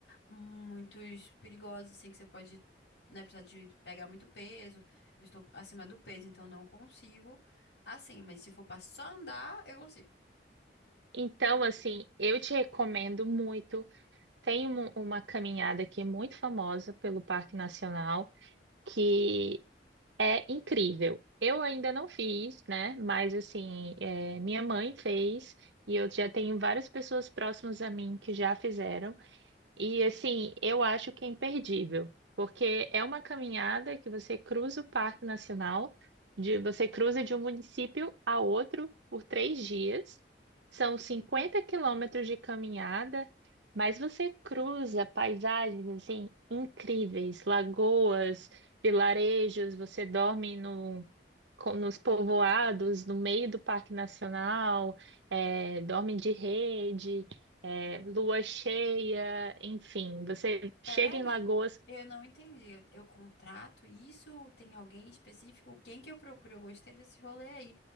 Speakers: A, on the left; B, on the right.
A: muitos perigosos, assim, que você pode, né, precisar de pegar muito peso. Eu estou acima do peso, então não consigo. Assim, mas se for pra só andar, eu consigo.
B: Então, assim, eu te recomendo muito. Tem um- uma caminhada aqui muito famosa pelo Parque Nacional, que é incrível. Eu ainda não fiz, né? Mas, assim, é, minha mãe fez, e eu já tenho várias pessoas próximas a mim que já fizeram. E assim, eu acho que é imperdível, porque é uma caminhada que você cruza o Parque Nacional, de, você cruza de um município a outro por três dias. São 50 quilômetros de caminhada, mas você cruza paisagens assim incríveis, lagoas, vilarejos, você dorme no, com- nos povoados, no meio do Parque Nacional, eh, dorme de rede é, lua cheia, enfim, você
A: Peraí,
B: chega em Lagoas,
A: eu não entendi. Eu, eu contrato isso? Tem alguém específico? Quem que eu procuro? Eu gostei desse rolê aí.